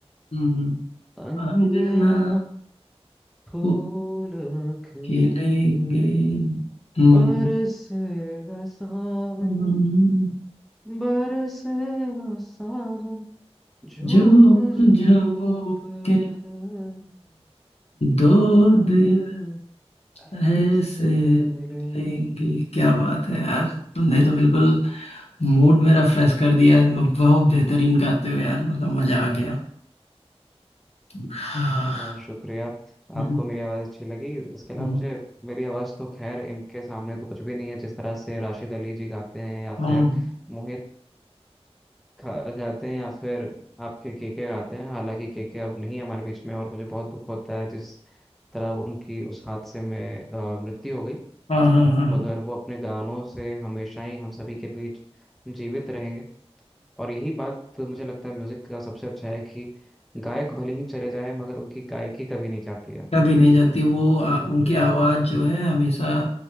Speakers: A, on the left (about 70°); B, in the centre.
A: हम्म
B: अंगना
A: अंगना
B: फूल
A: फूल
B: खिलेंगे
A: खिलेंगे हम्म
B: बरसेगा सावन
A: हम
B: बरसेगा सावन झूम
A: झूम
B: झूम
A: झूम
B: कर
A: के
B: दो
A: दो दिल
B: दिल ऐसे
A: ऐसे
B: मिलेंगे
A: लेंगे क्या बात है यार तुमने तो बिल्कुल मूड मेरा फ्रेश कर दिया है बहुत बेहतरीन गाते हो यार मतलब मजा आ गया हाँ
B: आ, शुक्रिया
A: हम्म,
B: आपको मेरी आवाज़ अच्छी लगी इसके अलावा
A: हम्म,
B: मुझे मेरी आवाज़ तो खैर इनके सामने तो कुछ भी नहीं है जिस तरह से राशिद अली जी गाते हैं या
A: हाँ
B: फिर मोहित खा- गाते हैं या फिर आपके केके गाते हैं हालांकि केके अब नहीं है हमारे बीच में और मुझे बहुत दुख होता है जिस तरह उनकी उस हादसे में अ, मृत्यु हो गई
A: हाँ हाँ हाँ हाँ।
B: मगर वो अपने गानों से हमेशा ही हम सभी के बीच जीवित रहेंगे और यही बात मुझे लगता है म्यूजिक का सबसे अच्छा है कि गायक भले ही चले जाए मगर उनकी गायकी कभी नहीं जाती है
A: कभी नहीं जाती वो आ, उनकी आवाज़ जो है हमेशा